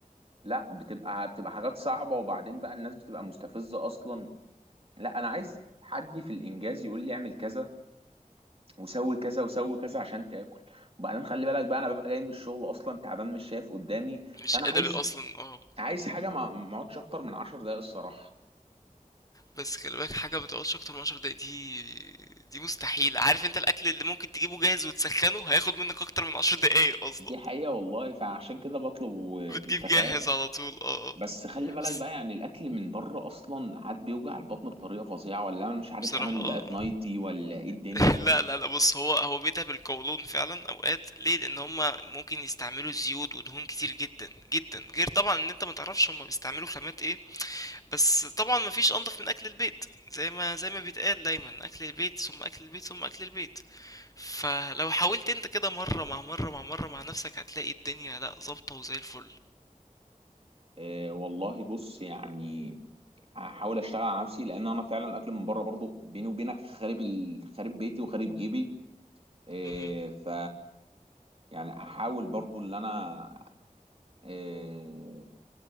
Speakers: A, on the right (about 45°); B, on the left (about 25°).
A: لا بتبقى بتبقى حاجات صعبة وبعدين بقى الناس بتبقى مستفزة اصلا لا انا عايز حد في الانجاز يقول لي اعمل كذا وسوي كذا وسوي كذا عشان تاكل وبعدين خلي بالك بقى انا ببقى جاي من الشغل اصلا تعبان مش شايف قدامي
B: مش
A: فانا
B: قادر
A: عايز
B: اصلا اه
A: عايز حاجة ما ما اقعدش اكتر من عشر دقايق الصراحة
B: بس خلي بالك حاجه ما بتقعدش اكتر من 10 دقايق دي دي مستحيل عارف انت الاكل اللي ممكن تجيبه جاهز وتسخنه هياخد منك اكتر من 10 دقايق اصلا
A: دي حقيقة والله فعشان كده بطلب وانت
B: بتجيب جاهز
A: فاهم
B: على طول اه آه.
A: بس خلي بالك
B: بس-
A: بقى يعني الاكل من بره اصلا عاد بيوجع البطن بطريقة فظيعة ولا انا مش عارف
B: بصراحة
A: انا اللي
B: اه
A: بقيت نايتي ولا ايه الدنيا
B: <laughs> لا لا لا بص هو هو بيتها بالقولون فعلا اوقات ليه لان هما ممكن يستعملوا زيوت ودهون كتير جدا جدا غير طبعا ان انت ما تعرفش هما بيستعملوا خامات ايه بس طبعا مفيش انضف من اكل البيت زي ما زي ما بيتقال دايما اكل البيت ثم اكل البيت ثم اكل البيت فلو حاولت انت كده مره مع مره مع مره مع نفسك هتلاقي الدنيا لا ظابطه وزي الفل
A: اه والله بص يعني هحاول اشتغل على نفسي لان انا فعلا الاكل من بره برضو بيني وبينك خارب ال... خارب بيتي وخارب جيبي اه
B: مهم.
A: ف يعني احاول برضو اللي انا آه،